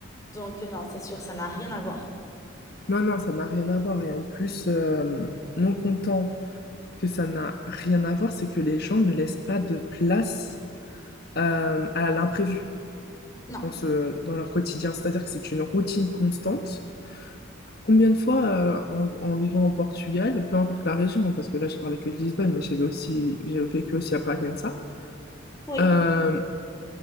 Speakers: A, on the left; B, on the left.
A: Donc non, c'est sûr, ça n'a rien à voir.
B: Non, non, ça n'a rien à voir. Et en plus, euh, non content que ça n'a rien à voir, c'est que les gens ne laissent pas de place euh, à l'imprévu
A: Non.
B: dans ce, dans leur quotidien. C'est-à-dire que c'est une routine constante. Combien de fois, euh, en, en vivant au Portugal, peu importe la région, hein, parce que là, je parlais que de Lisbonne, mais j'ai aussi, j'ai vécu aussi à Bragança,
A: Oui.
B: euh,